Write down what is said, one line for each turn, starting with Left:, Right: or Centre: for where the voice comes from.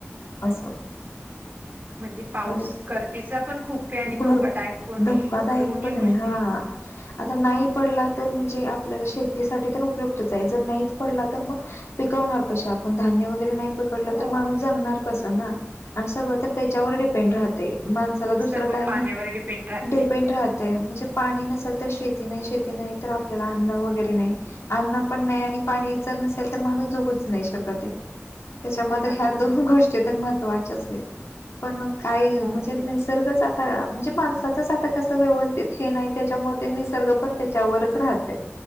Left: असं
Right: म्हणजे पाऊस
Left: खरंच.
Right: गरजेचा पण खूप पे आणि
Left: भर
Right: धोकादायक कोणी
Left: धोकादायक
Right: दोन्ही
Left: पण
Right: गोष्टी.
Left: आहे हा. आता नाही पडला तर म्हणजे आपल्याला शेतीसाठी तर उपयुक्तच आहे. जर नाहीच पडला तर मग पिकवणार कसे, आपण धान्य वगैरे नाही. पकडला
Right: हो.
Left: तर ‌माणूस जगणार कस ना आणि सगळं तर त्याच्यावर डिपेंड राहतंय‌. माणसाला
Right: सर्व
Left: दुस तर काही
Right: पाण्यावर
Left: नस
Right: डिपेंड राहते.
Left: डिपेंड राहत. ते म्हणजे पाणी नसेल, तर शेती नाही. शेती नाही तर आपल्याला अन्न वगैरे नाही. अन्न पण नाही आणि पाणीचर नसेल तर माणूस जगूच नाही शकत. त्याच्यामध्ये
Right: हो ना
Left: ह्या
Right: हो ना
Left: दोन गोष्टी तर महत्त्वाच्याच आहे पण काही
Right: हो
Left: म्हणजे नैसर्गच साताळ्या म्हणजे माणसाच साता कसं व्यवस्थित हे नाही त्याच्यामुळे ते निसर्ग पण त्याच्यावरच राहते.